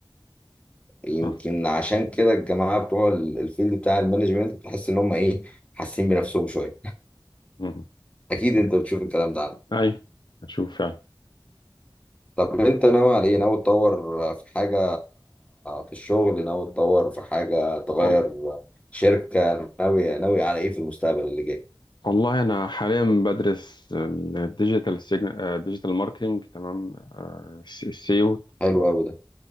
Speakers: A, on the left (about 15°); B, on the left (about 65°).
A: يمكن
B: آه
A: عشان كده الجماعة بتوع ال- الفيلد بتاع المانجمنت بتحس ان هم ايه حاسين بنفسهم شوية
B: مم.
A: اكيد انت بتشوف الكلام ده
B: أي هشوف فعلا
A: طب انت ناوي على ايه ناوي تطور في حاجة في الشغل ناوي تطور في حاجة تغير
B: والله
A: شركة ناوي ناوي على ايه في المستقبل اللي جاي
B: والله أنا حاليا بدرس الديجيتال سيجن... ديجيتال ماركتينج تمام آه، الس- السيو
A: حلو قوي ده